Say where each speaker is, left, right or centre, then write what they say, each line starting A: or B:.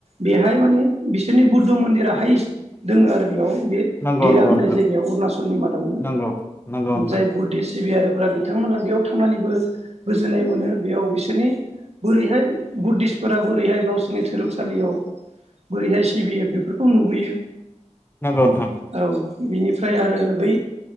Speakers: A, on the right; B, on the left.
A: बेहाय माने बिसोरनि बुद्ध मन्दिरा हायेस्ट दङ आरो बेयाव। बे
B: नंगौ
A: दिरां
B: नंगौ नोंथां
A: होननाय जायगायाव अरुणाचलनि मादावनो
B: नंगौ नंगौ नोंथां
A: जाय बुद्धिसट सिबियारिफोरा बिथांमोनहा बेयाव थांनानैबो गोजोननाय मोनो बेयाव बिसो बिसोरनि बोरैहाय बुद्धिसतफोरा बोरैहाय गावसोरनि धोरोमसालियाव बोरैहाय सिबियो बेफोरखौ नुबोयो।
B: नंगौ नोंथां।
A: औ बिनिफ्राय आरो बै